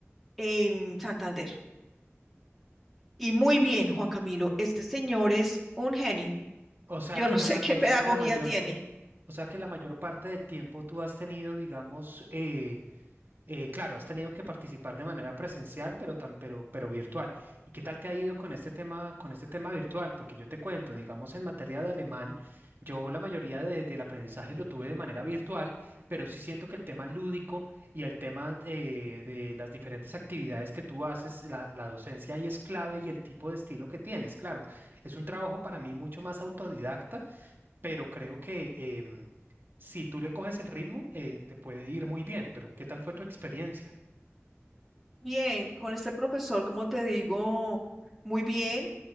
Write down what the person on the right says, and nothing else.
O sea
que
la,
ma-
o
sea que la mayor,
o sea que la mayor parte del tiempo tú has tenido, digamos, eh, eh, claro, has tenido que participar de manera presencial, pero, tan, pero, pero virtual. ¿Y qué tal te ha ido con este tema, con este tema virtual? Porque yo te cuento, digamos, en materia de alemán, yo la mayoría de- del aprendizaje lo tuve de manera virtual, pero sí siento que el tema lúdico y el tema de, de las diferentes actividades que tú haces, la, la docencia ahí es clave y el tipo de estilo que tienes. Claro, es un trabajo para mí mucho más autodidacta pero creo que em, si tú le coges el ritmo, eh, te puede ir muy bien, pero ¿qué tal fue tu experiencia?